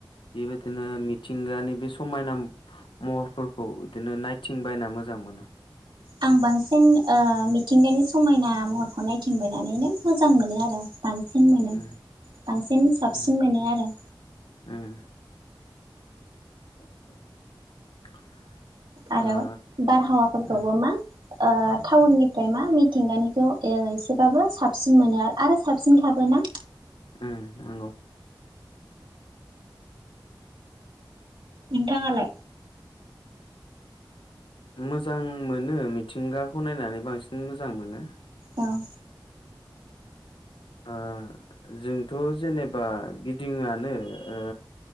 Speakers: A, on the left (about 80°); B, on the right (about 70°).
A: बेबायदििनो मिथिंगानि बे समायना महरफोरखौ बिदिनो नायथिं बायना मोजां मोनो।
B: आं बांसिन ओ मिथिंगानि समायना महरखौ नायथिंबायनानैनो मोजां मोनो आरो। बांसिन मोनो
A: उम
B: बांसिन साबसिन
A: उम
B: मोनो आरो।
A: उम <inaudible>
B: आरो
A: ओ
B: बारहावाफोरखौबो
A: उम
B: मा? टाउननिफ्राय मा मिथिंगानिखौ एसेबाबो साबसिन मोनो आरो आरो साबसिनखाबोना?
A: उम नंगौ
B: नोंथाङालाय?
A: मोजां मोनो मिथिंगाखौ नायनानै बांसिन मोजां मोनो।
B: औ
A: ओ जोंथ' जेनेबा गिदिङानो ओ